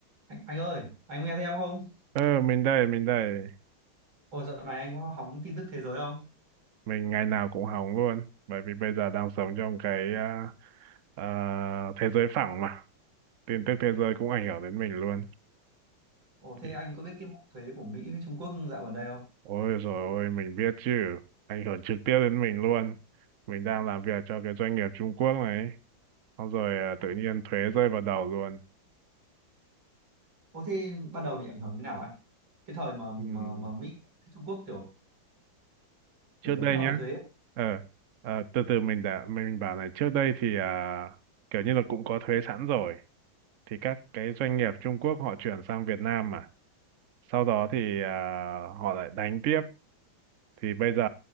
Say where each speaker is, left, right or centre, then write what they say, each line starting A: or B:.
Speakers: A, on the right; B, on the right.
A: Anh, anh ơi, anh nghe thấy em không?
B: Ờ, mình đây, mình đây.
A: Ồ, dạo này anh có hóng tin tức thế giới không?
B: Mình ngày nào cũng hóng luôn. Bởi vì bây giờ đang sống trong cái à, à, thế giới phẳng mà. Tin tức thế
A: Ồ,
B: giới cũng ảnh hưởng đến mình luôn.
A: ồ, thế
B: Thì,
A: anh có biết cái vụ thuế của Mỹ với Trung Quốc dạo gần đây không?
B: ôi rồi ôi, mình biết chứ. Ảnh hưởng trực tiếp đến mình luôn. Mình đang làm việc cho cái doanh nghiệp Trung Quốc này. Xong rồi à,
A: Ồ,
B: tự nhiên thuế rơi vào đầu luôn.
A: ồ thế ban đầu bị ảnh hưởng như nào anh? Cái thời mà mà,
B: Ừm,
A: mà Mỹ với Trung Quốc kiểu kiểu
B: Trước
A: đấu
B: đây
A: nhau
B: nhá.
A: về thuế. ấy.
B: Ờ, à, từ từ mình đã, mình bảo này. Trước đây thì à, kiểu như là cũng có thuế sẵn rồi. Thì các cái doanh nghiệp Trung Quốc họ chuyển sang Việt Nam mà sau đó thì à, họ lại đánh tiếp thì bây giờ